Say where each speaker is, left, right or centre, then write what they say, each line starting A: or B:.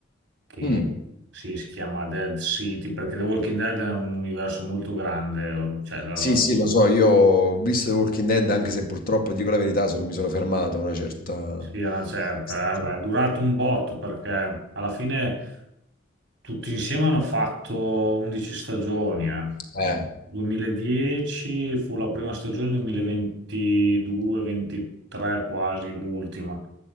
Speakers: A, on the right; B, on the left.
A: che
B: Mm.
A: sì, si chiama Dead City, perché The Walking Dead è un universo molto grande, or- cioè, la-
B: Sì,
A: la-
B: sì, lo so, io ho visto The Walking Dead, anche se purtroppo, dico la verità, so- mi sono fermato a una certa...
A: sì, è una certa,
B: stagione.
A: eh, beh, è durato un botto perché alla fine tutti insieme hanno fatto 11 stagioni, eh.
B: Eh,
A: Nel 2010 fu la prima stagione, 2022-23 quasi l'ultima,